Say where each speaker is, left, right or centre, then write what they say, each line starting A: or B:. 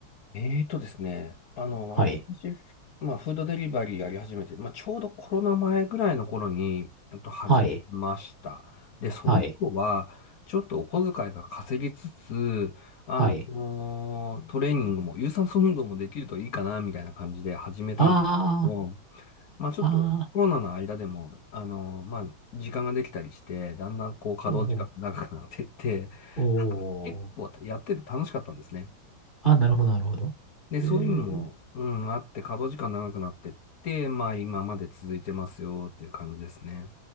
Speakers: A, on the left; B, on the left.
A: えーとですね、あの、
B: はい。
A: 私、まあ、フードデリバリーやり始めて、まあ、ちょうどコロナ前ぐらいの頃に、えっと、始めました。
B: はい。
A: で、その頃は、
B: はい。
A: ちょっとお小遣いが稼ぎつつ、あの、
B: はい。
A: トレーニングも、有酸素運動もできるといいかな、みたいな感じで始めたんですけど、
B: あ
A: まあ、ちょっとコロナの間でも、
B: あ、ああ、
A: あの、まあ、時間ができたりして、だんだんこう、稼働時間が長くなってって、
B: おお、おお。
A: 結構やってて楽しかったんですね。
B: あ、なるほど、なるほど。
A: で、そういうのも、
B: え
A: うん、あって、稼働時間長くなってって、まあ今まで続いてますよっていう感じですね。